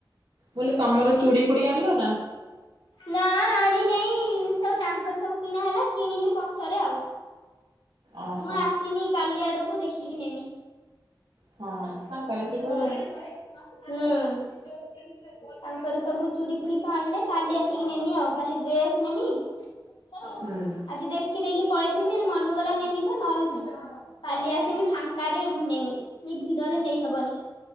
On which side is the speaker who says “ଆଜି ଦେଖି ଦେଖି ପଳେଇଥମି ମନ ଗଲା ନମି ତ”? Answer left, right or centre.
Left